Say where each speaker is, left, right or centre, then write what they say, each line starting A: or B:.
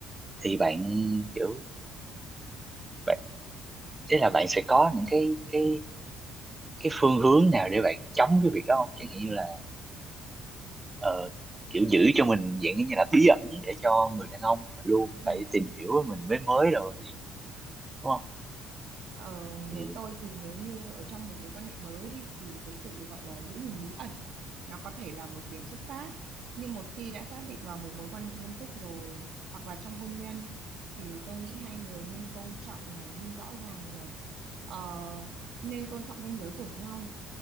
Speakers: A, on the right (about 20°); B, on the right (about 65°).
A: thì bạn kiểu bạn ý là bạn sẽ có những cái cái cái phương hướng nào để bạn chống cái việc đó không chẳng hạn như là ờ, kiểu giữ cho mình dạng như là bí ẩn để cho người đàn ông luôn
B: <laughs>
A: phải tìm hiểu mình mới mới rồi vậy đúng không
B: Ờ,
A: thì
B: với tôi thì nếu như ở trong một mối quan hệ mới đi thì cái sự gọi là giữ gìn bí ẩn nó có thể là một điểm xúc tác nhưng một khi đã xác định vào một mối quan hệ nghiêm túc rồi hoặc là trong hôn nhân thì tôi nghĩ hai người nên tôn trọng này nên rõ ràng này Ờ, nên tôn trọng ranh giới của nhau